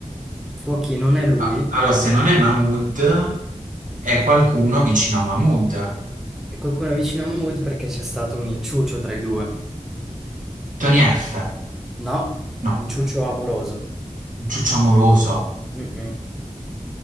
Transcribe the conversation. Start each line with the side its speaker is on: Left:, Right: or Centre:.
Centre: Fuochino non è lui.
Right: Ah, Allora, se non è Mahmood, è qualcuno vicino a Mahmood.
Centre: E qualcuno vicino a Mahmood perché c'è stato un inciucio tra i due.
Right: Tony F.
Centre: No,
Right: No,
Centre: inciucio amoroso.
Right: Ciuccio Amoroso.
Centre: Mm-mm,